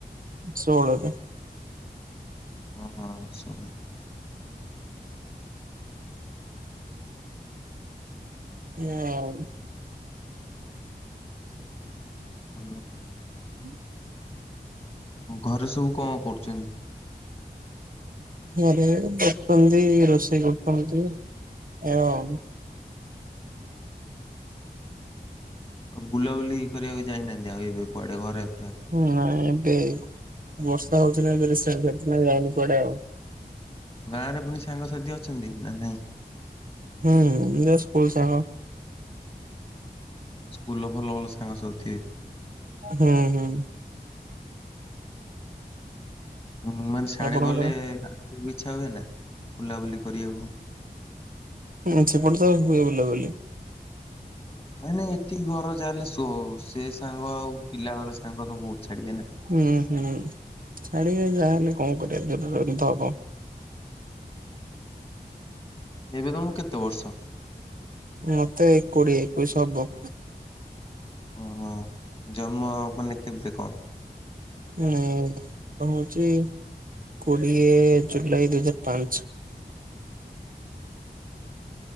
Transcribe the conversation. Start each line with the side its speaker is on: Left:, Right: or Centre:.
Right: ଷୋହଳରେ
Left: ହଁ ହଁ ସବୁ
Right: <unintelligible>
Left: ଭଲ।
Right: ହୁଁ।
Left: ଘରେ ସବୁ କଣ କରୁଛନ୍ତି?
Right: ଆରେ ବସୁଛନ୍ତି ରୋଷେଇ କରୁଛନ୍ତି ଏବଂ
Left: ଆଉ ବୁଲାବୁଲି କରିବାକୁ ଯାଇନାହାନ୍ତି ଆଉ ଏବେ କୁଆଡେ ଘରେ ପୁରା
Right: ନାଇଁ ଏବେ ବର୍ଷା ହଉଛି ନାଁ ସେ ସେଥିପାଇଁ ଯାଇନି କୁଆଡେ ଆଉ।
Left: ଗାଁ ରେ ପୁଣି ସାଙ୍ଗସାଥି ଅଛନ୍ତି ନା ନାଇଁ?
Right: ହୁଁ ଯଉ ସ୍କୁଲ ସାଙ୍ଗ
Left: ସ୍କୁଲ ର ଭଲ ଭଲ ସାଙ୍ଗ ସବୁ ଥିବେ।
Right: ହୁଁ ହୁଁ।
Left: ହ ମାନେ ସାଡେ
Right: ଆପଣଙ୍କର?
Left: ଗଲେ ଇଚ୍ଛା ହୁଏ ନା ବୁଲାବୁଲି କରିବାକୁ।
Right: ହୁଁ ସେପଟେ ତ ହୁଏ ବୁଲା ବୁଲି।
Left: ନାଇଁ ନାଇଁ ଏଠକି ଘର ଯାହା ହେଲେ ସେ ସାଙ୍ଗ ଆଉ ପିଲାବେେଳେ ସାଙ୍ଗ ତ ବହୁତ ଛାଡିିବେ ନା।
Right: ହୁଁ ହୁଁ ଛାଡିବା ଯାହାହେଲେ କଣ କରିବା ଦୂରଧ ହବ
Left: ଏବେ ତମ କୁ କେତେ ବର୍ଷ?
Right: ମତେ କୋଡିଏ ଏକୋଇଶ ହବ।
Left: ଓହୋ ଜନ୍ମ ମାନେ କେମେତି କନ୍?
Right: ନାଇ ହଉଛି କୋଡିଏ ଜୁଲାଇ ଦୁଇ ହଜାର ପାଞ୍ଚ।